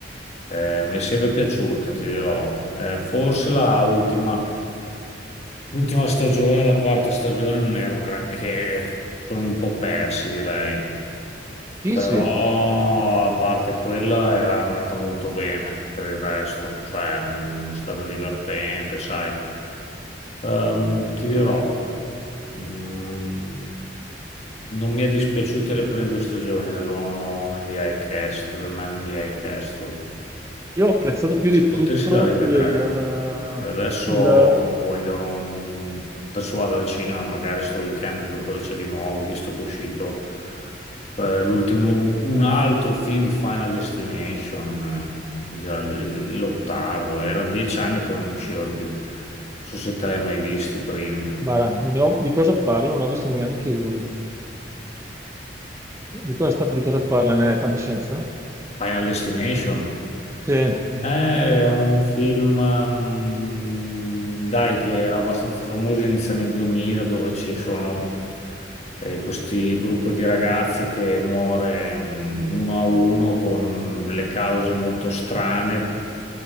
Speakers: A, on the left; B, on the right.
A: eh, mi è sempre piaciuta, ti dirò. Eh, forse la ultima, l'ultima stagione, la quarta stagione, non era un granché, sono un po' persi, direi.
B: sì,
A: Però
B: sì.
A: a parte quella era andata molto bene per il resto, cioè mh, è stata divertente, sai. Ehm, ti dirò, mh, non mi è dispiaciute le prime due stagioni dell'uomo in the High Castle, del Man in the High Castle.
B: Io ho apprezzato più
A: Se
B: di
A: potessi
B: tutto
A: la rivedrei.
B: il...
A: Adesso
B: il-
A: voglio, mm, adesso vado al cinema, magari sto weekend vedo cosa c'è di nuovo, visto che è uscito eh, l'ultimo, un un altro film di Final Destination, eh, già l- l'ottavo, era dieci anni che non usciva più. Non so se te l'hai mai visti i primi.
B: guarda, non ne ho- di cosa parlo? Non ho visto neanche uno. Di cosa, sta- di cosa parla? Nella fantascienza?
A: Final Destination?
B: Sì.
A: È un film, mm, dai, che era abbastanza famoso inizio anni 2000, dove ci sono eh, questi gruppo di ragazzi che muore mm, uno a uno con delle cause molto strane,